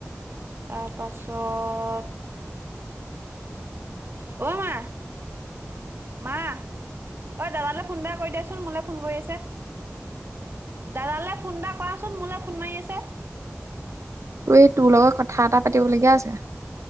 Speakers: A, on the right; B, on the right.
A: তাৰপাছত অ মা মা অঐ দাদালৈ ফোন এটা কৰি দিয়াচোন মোলৈ ফোন কৰি আছে দাদালৈ ফোন এটা কৰাচোন মোলৈ ফোন মাৰি আছে
B: তোৰ এই তোৰ লগত কথা এটা পাতিবলগীয়া আছে